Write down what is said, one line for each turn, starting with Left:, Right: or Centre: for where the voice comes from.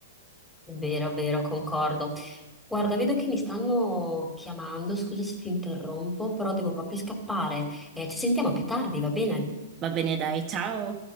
Centre: Vero, vero, concordo. Guarda, vedo che mi stanno chiamando, scusa se ti interrompo, però devo proprio scappare. Eh, ci sentiamo più tardi, va bene?
Right: Va bene, dai, ciao.